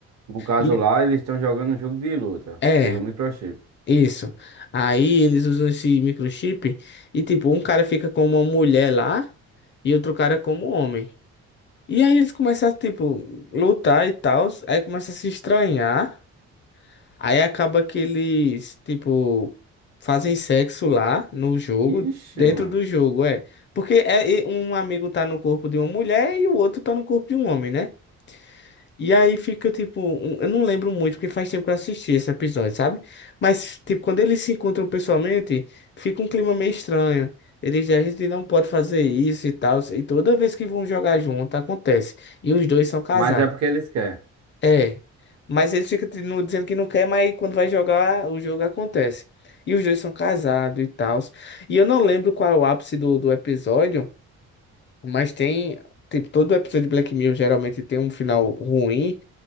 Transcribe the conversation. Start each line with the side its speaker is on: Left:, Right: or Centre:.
Right: No caso
Left: E
Right: lá, eles estão jogando um jogo de luta.
Left: é,
Right: Pelo microchip.
Left: isso. Aí eles usam esse microchip e, tipo, um cara fica com uma mulher lá e outro cara como homem. E aí eles começam a, tipo, lutar e tal, aí começa a se estranhar. Aí acaba que eles, tipo, fazem sexo lá no jogo,
Right: Ixi,
Left: dentro
Right: mano.
Left: do jogo, é. Porque é, é- um amigo tá no corpo de uma mulher e o outro tá no corpo de um homem, né? E aí fica, tipo, um- eu não lembro muito, porque faz tempo que eu assisti esse episódio, sabe? Mas, tipo, quando eles se encontram pessoalmente, fica um clima meio estranho. Eles dizem, a gente não pode fazer isso e tal. E toda vez que vão jogar junto, acontece. E os dois são casados.
Right: Mas é porque eles querem,
Left: É, mas ele fica te- no- dizendo que não quer, mas quando vai jogar, o jogo acontece. E os dois são casados e tal. E eu não lembro qual é o ápice do, do episódio, mas tem. Tipo, todo episódio de Black Mirror geralmente tem um final ruim.